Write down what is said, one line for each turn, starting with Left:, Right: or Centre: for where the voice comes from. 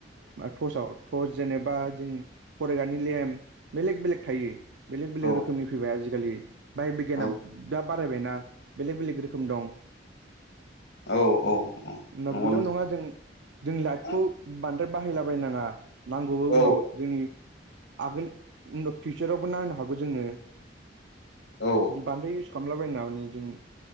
Right: टर्सआव फट जेनेबा जों फरायगानि लेम बेलेग बेलेक थायो। बेलेग बेलेग
Left: औ
Right: रोखोमनि फैबाय आजिखालि बाहाय बिगियाना
Left: औ
Right: दा बारायबायना बेलेक बेलेक रोखोम न
Left: औ औ नंगौ
Right: बेल' नङा जों जों लाइटखौ
Left: नोंथां
Right: बांद्राय बाहायलाबायनाङा नांगौबो
Left: औ
Right: उनाव जोंनि आगोल उन फिउचारावबो नांनो हागौ जोङो।
Left: औ
Right: बान्दो इउस खालामलाबाय ना माने जों